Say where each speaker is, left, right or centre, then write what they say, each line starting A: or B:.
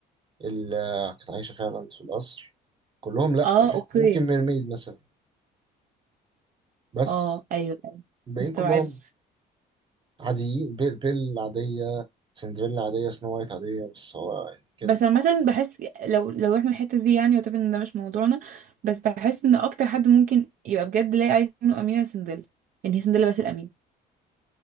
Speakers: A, on the right; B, on the right.
A: اللي آه، كانت عايشه فعلا في القصر كلهم لا
B: اه
A: مفيش-
B: اوكي
A: ممكن ميرميد مثلا بس
B: اه ايوه ايوه
A: الباقيين
B: مستوعبه
A: كلهم عاديين بيل, بيل عادية سندريلا عادية سنو وايت عادية بس هو يعني كده
B: بس عامه بحس لو لو احنا الحته دي يعني وتبقى ان ده مش موضوعنا بس بحس ان اكتر حد ممكن يبقى بجد لاقي عايز انه امينه سندل ان هي سندل بس الامين